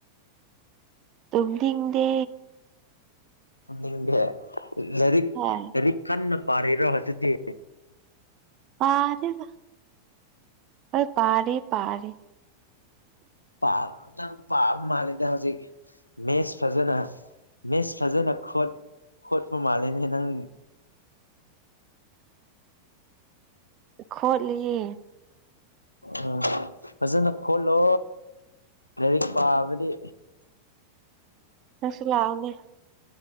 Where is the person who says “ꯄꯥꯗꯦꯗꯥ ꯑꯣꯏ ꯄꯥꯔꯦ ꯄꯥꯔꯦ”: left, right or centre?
Right